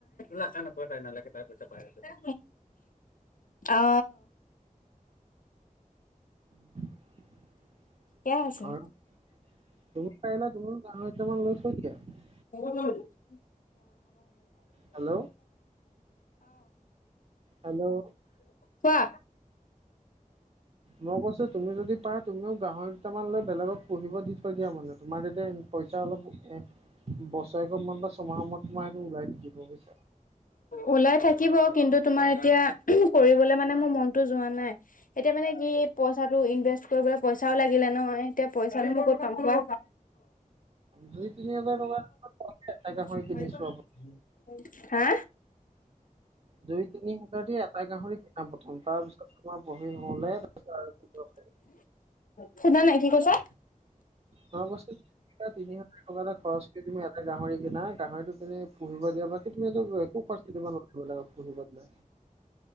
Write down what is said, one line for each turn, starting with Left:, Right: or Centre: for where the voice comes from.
Left: ৰাখা নাপাই তাই নালাগে তাই পইচা পাই লাগে আছে অ
Right: <unintelligible>
Left: ঠিকে আছে।
Right: থৈ দিয়া
Left: <unintelligible>
Right: হেল্ল' হেল্ল'
Left: কোৱা
Right: মই কৈছোঁ তুমি যদি পাৰা তুমিও গাহৰিকেইটামান লৈ বেলেগক পুহিব দি- দিয়া মানে তোমাৰ তেতিয়া পইচা অলপ এ বছৰেক মূৰত বা ছমাহৰ মূৰত তোমাৰ সেইটো ওলাই থাকিব বুজিছা।
Left: ওলাই থাকিব কিন্তু তোমাৰ এতিয়া। কৰিবলৈ মানে মোৰ মনতটো যোৱা নাই এতিয়া মানে কি পইচাটো ইনভেষ্ট কৰিবলৈ পইচাও লাগিলে নহয় এতিয়া পইচানো মই ক'ত পাম কোৱা?
Right: দুই তিনি হাজাৰ টকা এটা গাহৰি
Left: <unintelligible>
Right: কিনিছো আপুনি
Left: হা।
Right: দুই তিনি হাজাৰ দি এটা গাহৰি কিনা প্ৰথম তাৰ পিছত তোমাৰ বহি হ'লে তাৰ- <inaudible>
Left: সুনা নাই কি কৈছা?
Right: গড় বস্তিত কিনা তিনি হাজাৰ টকা এটা খৰচ কৰি তুমি এটা গাহৰি কিনা গাহৰিটো কিনি- পুহিব দিয়া বাকি তুমি এটো একো খৰচ দিব নালাগে। পুহিব দিলে।